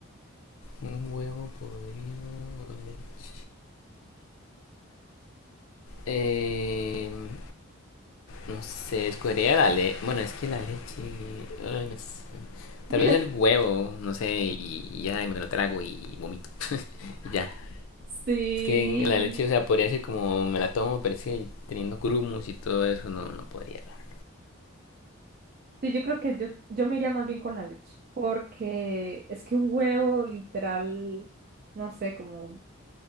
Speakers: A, on the left; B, on the right.
A: un huevo podrido o leche. Em, No sé, escogería la leche. Bueno, es que la leche. ay, no sé. Tal
B: <laughs>
A: vez el huevo, no sé, y, y ya y me lo trago y vomito. <laughs> Y ya.
B: Sí.
A: Es que en la leche, o sea, podría ser como me la tomo, pero es que teniendo grumos y todo eso, no, no podría, la verdad.
B: Sí, yo creo que yo, yo me iría más bien con la leche, porque es que un huevo literal, no sé, como